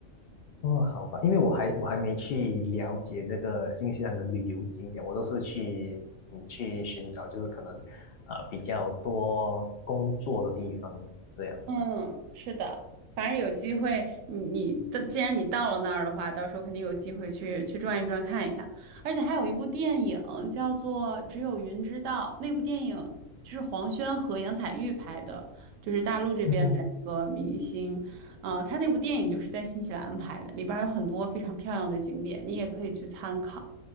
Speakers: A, on the left; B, on the right.
A: 哦，好吧，因为我还我还没去了解这个新西兰的旅游景点，我都是去嗯去寻找，就是可能呃比较多工作的地方这样。
B: 嗯，是的，反正有机会，你你的既然你到了那儿的话，到时候肯定有机会去去转一转看一看。而且还有一部电影叫做《只有云知道》，那部电影就是黄轩和杨采钰拍的，就是大陆这边的两个明星。
A: 嗯哼，
B: 嗯、他那部电影就是在新西兰拍的，里边儿有很多非常漂亮的景点，你也可以去参考。